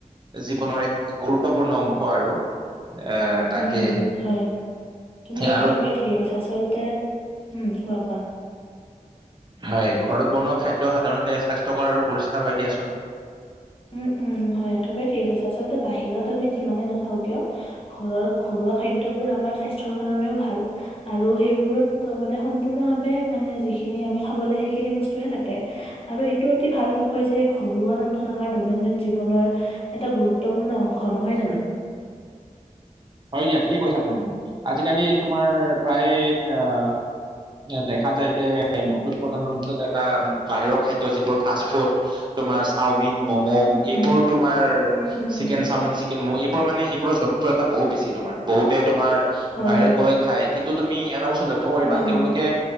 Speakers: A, on the right; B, on the left.
A: জীৱনৰ এক গুৰুত্ব ত্বপূৰ্ণ অংশ আৰু এ তাকে
B: উম হুম হয় তুমি
A: আৰু
B: একেবাৰে ঠিকে কৈছা আচলতে উম কোৱা কোৱা
A: হয় ঘৰত বনোৱা খাদ্য সাধাৰণ তে স্বাস্থ্যকৰ আৰু পৰিষ্কাৰ হয় দিয়াচোন
B: উম উম হয় একেবাৰে ঠিকেছে আচলতে বাহিৰত আমি যিমানে নাখাও কিয় ঘৰৰ ঘৰুৱা খাদ্যবোৰ আ মাৰ স্বাস্থ্যৰ কাৰণেও ভাল আৰু সেইবোৰ ত মানে সম্পূৰ্ণভাৱে মানে যিখিনি আমি খাব লাগে সেইখিনি বস্তুহে থাকে আৰু এইটো অতি ভাল হয় যে ঘৰুৱা ৰন্ধন আমাৰ দৈনন্দিন জীৱনৰ এটা গুৰুত্বপূৰ্ণ অংশ নহয় জানো
A: হয় দিয়া ঠিকে কৈছা তুমি আজিকালি তোমাৰ প্ৰায় অহ দেখা যায় যে নতুন প্ৰজন্মৰ মনত এটা বাহিৰৰ খাদ্য যিবোৰ ফাষ্ট ফুড তোমাৰ চাওমিন মম'
B: উম,
A: এইবোৰ
B: উম,
A: তোমাৰ
B: উম, উম,
A: চিকেন চাওমিন চ কিন্তু মোৰ এইবোৰ মানে এইবোৰৰ জনপ্ৰিয়তা বহুত বেছি তোমাৰ বহুতে তোমাৰ
B: হয়,
A: বাহিৰত
B: হয়,
A: গৈ খাই কিন্তু তুমি এটা বস্তু লক্ষ্য কৰিবা
B: উম,
A: তেওঁলোকে
B: হুম,